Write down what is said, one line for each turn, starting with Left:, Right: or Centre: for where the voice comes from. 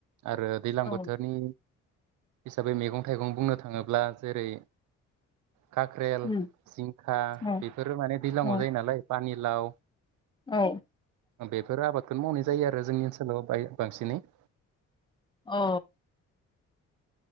Right: आरो दैज्लां
Left: औ
Right: बोथोरनि हिसाबै मैगं थाइगं बुंनो थाङोब्ला जेरै खाक्रेल
Left: उम
Right: जिं खा
Left: औ
Right: बेफोर माने दैज्लांङाव
Left: औ
Right: जायो नालाय पानिलाव
Left: औ
Right: बेफोरो आबादखौनो मावनाय जायो आरो जोंनि ओनसोलाव बाय बांसिनै <inaudible>
Left: औ